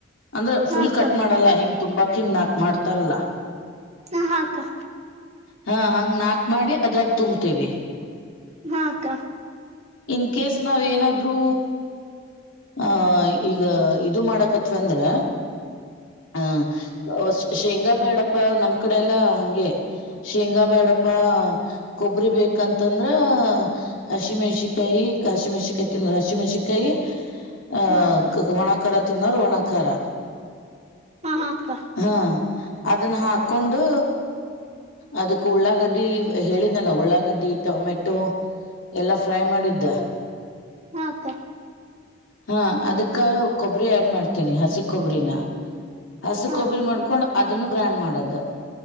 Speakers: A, on the left; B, on the right.
A: ಅಂದ್ರೆ
B: ಹಾ
A: ಫುಲ್
B: ಅಕ್ಕ
A: ಕಟ್ ಮಾಡಲ್ಲ ಹೆಂಗ. ತುಂಬಾಕ್ ಹಿಂಗ ನಾಕ್ ಮಾಡ್ತಾರಲ್ಲಾ.
B: ಹಾ ಹಾಕ್ಕ.
A: ಹಾ ಹಂಗ ನಾಕ್ ಮಾಡಿ ಅದ್ರಾಕೆ ತುಂಬತೇವಿ.
B: ಹಾಕ್ಕಾ.
A: ಇನ್ಕೇಸ್. ನಾವ ಏನಾದ್ರು ಆಹ ಈಗ ಇದು ಮಾಡಕತ್ವ ಅಂದ್ರೆ. ಹಾ- ಶೇಂಗಾ ಬ್ಯಾಡಪ್ಪ ನಮ್ ಕಡೆ ಎಲ್ಲಾ ಹಂಗೆ ಶೇಂಗಾ ಬ್ಯಾಡಪ್ಪಾ ಕೊಬ್ಬರಿ ಬೇಕಂತಂದ್ರ ಹಸಿ ಮೆಣಸಿಕಾಯಿ. ಹಸಿ ಮೆಣಸಿನಕಾಯಿ ತಿನ್ನೋ ಹಸಿಮೆಣಸಿನಕಾಯಿ. ಅಹ
B: ಹಾ ಅಕ್ಕ
A: ಕ ಒಣಕಾರ ತಿನ್ನೋರು ಒಣಾಕಾರ
B: ಹಾ ಅಕ್ಕ ಹಾ ಅಕ್ಕ
A: ಹ್ಮ. ಅದನ್ನ ಹಾಕೊಂಡು ಅದಕ್ ಉಳ್ಳಾಗಡ್ಡಿ ಹೇಳಿದನಲ್ಲ ಉಳ್ಳಾಗಡ್ಡಿ ಟೊಮೆಟೊ ಎಲ್ಲಾ ಫ್ರೈ ಮಾಡಿದ್ದ.
B: ಹಾಕ್ಕ.
A: ಹಾ ಅದಕ್ಕ ಕೊಬ್ಬರಿ ಆಡ್ ಮಾಡ್ತೀನಿ ಹಸಿ ಕೊಬರಿನ. ಹಸ
B: ಹಾ ಅಕ್ಕ ಹಾ
A: ಕೊಬ್ಬಿರಿ ಮಾಡ್ಕೊಂಡ್ ಅದನ್ನು. ಗ್ರ್ಯಾಂಡ್ ಮಾಡದು.